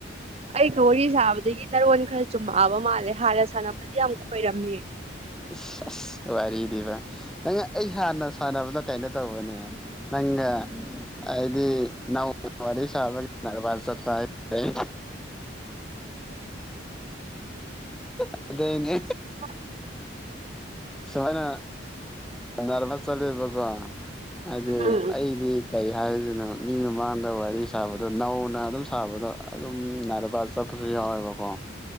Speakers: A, on the right; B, in the centre.
A: ꯑꯩꯒ ꯋꯥꯔꯤ ꯁꯥꯕꯗꯒꯤ ꯅꯔꯣꯟ ꯈꯔ ꯆꯨꯝꯃꯛꯑꯕ ꯃꯥꯜꯂꯦ ꯍꯥꯟꯅ ꯁꯥꯟꯅꯕꯗꯤ ꯌꯥꯝ ꯈꯣꯏꯔꯝꯃꯤ
B: ꯑ ꯑ ꯋꯥꯔꯤꯗꯤꯕ ꯅꯪ ꯑꯩ ꯍꯥꯟꯅ ꯁꯥꯟꯅꯕꯅꯣ ꯀꯥꯏꯩꯅꯣ ꯇꯧꯕꯅꯦ ꯅꯪꯅ ꯑꯩꯗꯤ ꯅꯧꯅ ꯋꯥꯔꯤ ꯁꯥꯕꯒꯤꯕꯥ ꯆꯠꯄ ꯍꯥꯏꯦ ꯑꯗꯨꯗꯅꯦ
A: <inaudible>
B: ꯁꯨꯃꯥꯏꯅ ꯅꯥꯔꯃ ꯆꯠꯂꯦꯕꯀꯣ ꯍꯥꯏꯗꯤ
A: ꯎꯝ
B: ꯑꯩꯗꯤ ꯀꯔꯤ ꯍꯥꯏꯔꯤꯁꯤꯅꯣ ꯃꯤ ꯃꯃꯥꯡꯗ ꯋꯥꯔꯤ ꯁꯥꯕꯗꯣ ꯅꯧꯅ ꯑꯗꯨꯝ ꯁꯥꯕꯗꯣ ꯑꯗꯨꯝ ꯅꯥꯏꯕꯥ ꯆꯠꯄꯁꯨ ꯌꯥꯎꯋꯦꯕꯀꯣ